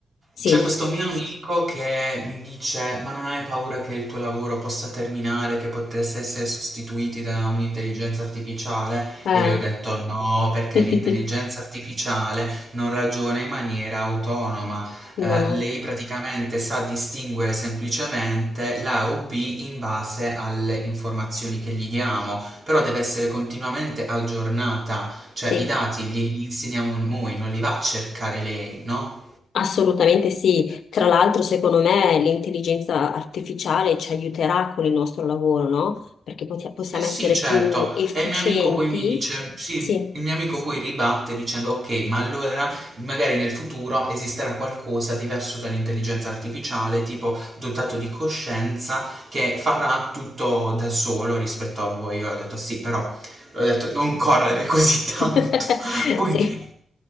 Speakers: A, on the left; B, on the right.
A: Sì,
B: C'è questo mio amico che mi dice: Ma non hai paura che il tuo lavoro possa terminare, che potesse essere sostituiti da un'intelligenza artificiale?
A: eh.
B: E gli ho detto: No, perché
A: <laughs>
B: l'intelligenza artificiale non ragiona in maniera autonoma.
A: No,
B: Eh, lei praticamente sa distinguere semplicemente l'A o B in base alle informazioni che gli diamo, però deve essere continuamente aggiornata cioè
A: sì.
B: i dati glieli insegniamo noi, non li va a cercare lei, no?
A: Assolutamente sì, tra l'altro secondo me l'intelligenza artificiale ci aiuterà con il nostro lavoro, no? Perché poti- possiamo
B: Eh sì,
A: essere
B: certo.
A: più efficienti.
B: E il mio amico poi mi dice, sì,
A: Sì.
B: il mio amico poi ribatte dicendo, ok, ma allora magari nel futuro esisterà qualcosa diverso dall'intelligenza artificiale, tipo dotato di coscienza, che farà tutto da solo rispetto a voi. Io ho detto, sì, però, ho detto, non correre così tanto.
A: <laughs>
B: <laughs> Poi,
A: Sì.